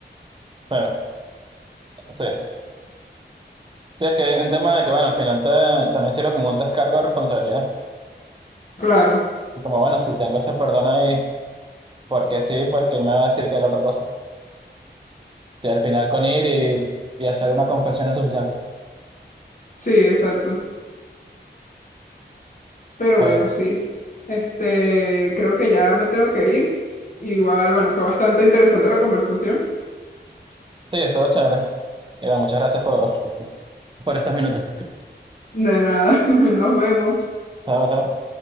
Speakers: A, on the right; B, on the left.
A: Pero, sí. Sí, es que hay un tema de que, bueno, al final te- también sirve como un descargo de responsabilidad.
B: Claro,
A: Es como, bueno, si tengo ese perdón ahí, porque sí, pues que me va a decir que haga otra cosa. Si al final con ir y, y hacer una confesión es suficiente.
B: sí, exacto. Pero
A: Pero,
B: bueno, sí. Este, creo que ya me tengo que ir. Igual, bueno, fue bastante interesante la conversación.
A: sí, estuvo chévere. Y bueno, muchas gracias por, por estos minutos.
B: De nada, <laughs> nos vemos.
A: Chao, chao.